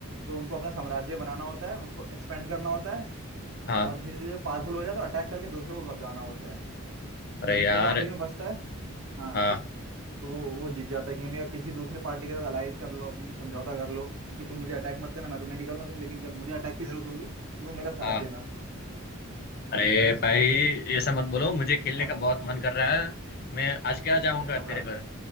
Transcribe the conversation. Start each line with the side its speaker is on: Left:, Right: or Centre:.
Right: तो उनको अपना साम्राज्य बनाना होता है उसको एक्सपेंड करना होता है
Left: हाँ
Right: और धीरे धीरे पावरफुल हो जाए तो अटैक करके दूसरे को कब्जाना होता है
Left: अरे
Right: जो जीतेगा
Left: यार
Right: आखिरी में बचता है हाँ
Left: हाँ
Right: तो वो वो जीत जाता है गेम या किसी दूसरे पार्टी के साथ अलाइज कर लो अपनी समझौता कर लो कि तुम मुझे अटैक मत करना मैं तुम्हें नहीं करूंगा तुम लेकिन जब मुझे अटैक की जरूरत होगी तो तुम मेरा
Left: हाँ
Right: साथ देना
Left: अरे भाई ये सब मत बोलो मुझे खेलने
Right: म-
Left: का बहुत मन कर रहा है मैं आज क्या जाऊंगा
Right: अरे मजा
Left: तेरे
Right: आता
Left: घर
Right: है